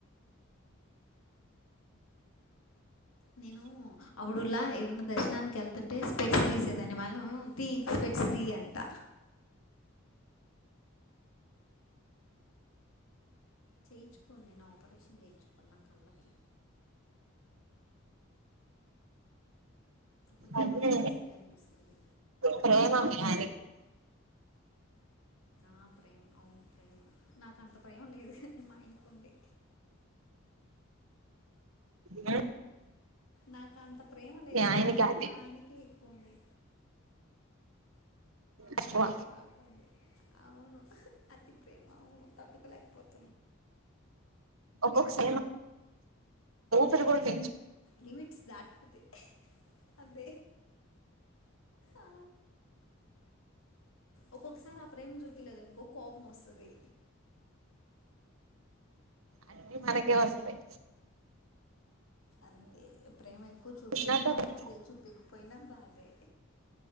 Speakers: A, on the left; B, on the right.
A: నేను ఆవిడులా ఏమన్నా దర్శనానికి వెళ్తుంటే పెట్స్ తీసేదాన్ని మనం తీ ఇంక పెట్స్ తీయ అంట చేయించుకోను నేను ఆపరేషన్ చేయించుకోను నా కళ్ళకి అప్పుడు నాకు
B: అదే
A: కూడా మంచిగ కనిపిస్తది.
B: ప్రేనికి అ
A: నా ప్రేమ అవును ప్రేమ నాక అంత ప్రేమ లేదు కానీ మా ఆయనకు ఉంది
B: ఆ
A: నాకు అంత ప్రేమ లేదు
B: ఆయనకి
A: గాని
B: అతి
A: మా ఆయనకే ఎక్కువ ఉంది
B: ఎక్కువ
A: మా ఆయనకి బాగాంది అవును అతి ప్రేమ అవును తార్ట్కుగపోంది
B: ఒస పరుగల్ది
A: లిమిట్స్ దాట్పోతే అదే ఆ, ఒక్కొక్కసారి అప్రేమ చూపలేదునుకో కోపం వస్తుంది
B: అన్నీ మనకే వస్తాయి
A: అంతే ప్రేమ నాకు
B: చూసినట్టు
A: చూపించినా బాధే చూపకపోయినా బాధే